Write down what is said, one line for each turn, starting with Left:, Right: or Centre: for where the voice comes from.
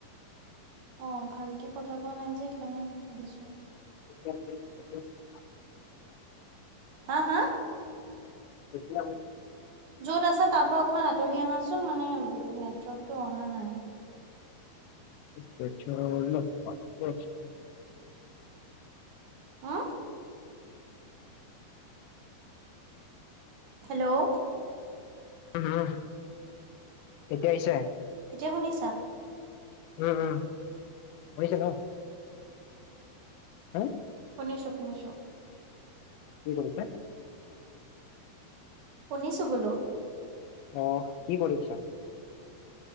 Right: অ ভালকে কথা কোৱা নাই যে সেইকাৰণে সুধিছো।
Left: <unintelligible>
Right: হা হা
Left: এতিয়া
Right: য'ত আছে তাৰ পৰা অকমান আঁতৰি আহাচোন মানে নেটৱৰ্কতটো অহা নাই।
Left: <unintelligible>
Right: হা হেল্ল'
Left: উ হম, এতিয়া আহিছে?
Right: এতিয়া শুনিছা?
Left: উম উম কৰিছে ন। হা
Right: শুনিছোঁ, শুনিছোঁ।
Left: কি কৰিছে?
Right: শুনিছো বোলো।
Left: আহ কি কৰিছা?